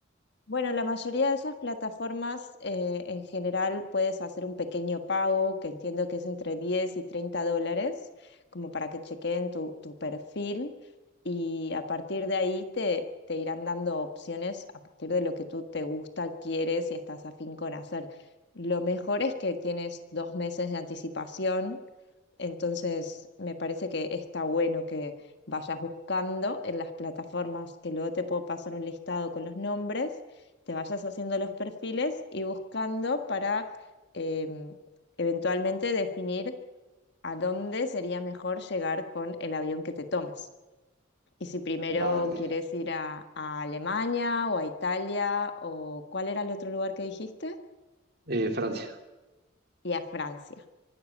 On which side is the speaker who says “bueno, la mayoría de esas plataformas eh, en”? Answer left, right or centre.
Left